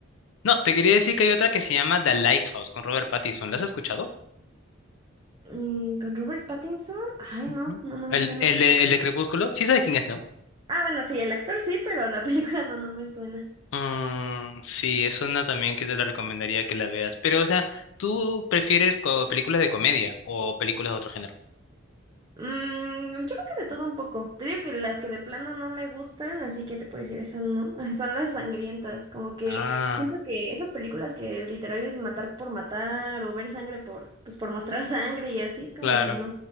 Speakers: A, on the left; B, on the right.
A: No, te quería decir que hay otra que se llama The Lighthouse con Robert Pattinson. ¿La has escuchado?
B: Mm, con Robert Pattinson, ay,
A: Ujú.
B: no, no, no
A: El,
B: me suena.
A: el, de- el de Crepúsculo, sí sabes quién es, ¿no?
B: Ah, bueno, sí, el actor sí, pero la <laughs> película no, no me suena.
A: Mm, sí, es una también que te la recomendaría que la veas. Pero, o sea, ¿tú prefieres co- películas de comedia o películas de otro género?
B: Mm, yo creo que de todo un poco. Te digo que las que de plano no me gustan, así que te puedo decir, esas no, <laughs> son las sangrientas. Como que
A: Ah,
B: siento que esas películas que literal es matar por matar o ver sangre por, pues por mostrar <laughs> sangre y así, como
A: claro,
B: que no.